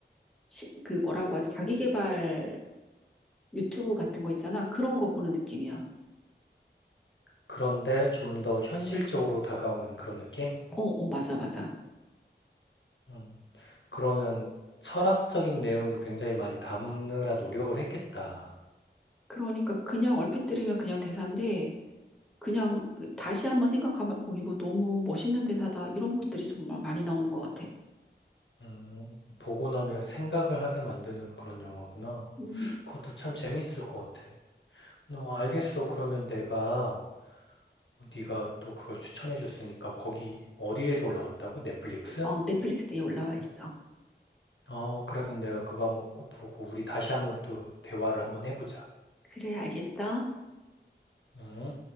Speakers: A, in the centre; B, on the left.
A: 시- 그 뭐라고 하지? 자기계발 유튜브 같은 거 있잖아. 그런 거 보는 느낌이야.
B: 그런데 좀 더 현실적으로 다가오는 그런 느낌?
A: 어, 어, 맞아, 맞아.
B: 음, 그러면 철학적인 내용도 굉장히 많이 담느라 노력을 했겠다.
A: 그러니까 그냥 얼핏 들으면 그냥 대사인데 그냥 그 다시 한번 생각하면, 오, 이거 너무 멋있는 대사다. 이런 것들이 정말 많이 나오는 것 같아.
B: 음, 보고 나면 생각을 하게 만드는 그런 영화구나.
A: 음,
B: 그것도 참 재밌을 것 같아. 너 알겠어. 그러면 내가 어, 네가 또 그걸 추천해 줬으니까 거기 어디에서 올라왔다고? 넷플릭스?
A: 어, 넷플릭스에 올라와 있어.
B: 어, 그러면 내가 그거 한번 꼭 보고 우리 다시 한번 또 대화를 한번 해보자.
A: 그래, 알겠어.
B: 음.